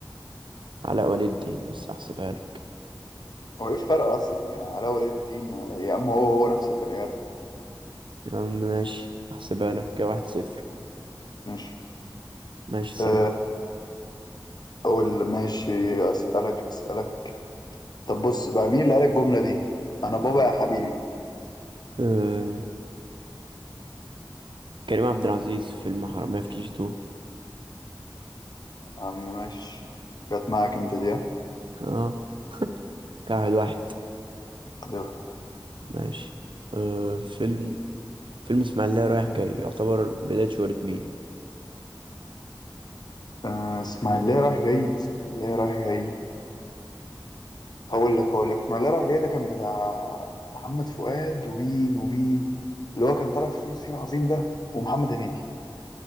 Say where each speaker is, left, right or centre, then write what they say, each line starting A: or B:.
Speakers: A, on the right; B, on the left.
A: علاء ولي الدين بس احسبها لك
B: هو ايه الفرق اصلا يعني علاء ولي الدين على... إيه؟ يا عم هو هو نفس البني ادم
A: يا عم ماشي احسبها لك كده واحد صفر
B: ماشي
A: ماشي سهل
B: آه، اقول ماشي اسالك اسالك طب بص بقى مين اللي قال الجملة دي انا بابا يا حبيبي
A: أه كريم عبد العزيز فيلم حرامية في كي جي تو
B: يا عم ماشي جت معاك انت دي ها؟
A: اه كده واحد واحد
B: يلا
A: ماشي أه فيلم فيلم اسماعيلية رايح جاي يعتبر بداية شهرة مين
B: آه، اسماعيلية رايح جاي اسماعيلية رايح جاي هقول لك هقول لك اسماعيلية رايح جاي ده كان بتاع محمد فؤاد ومين ومين اللي هو كان طالع في فول الصين العظيم ده ومحمد هنيدي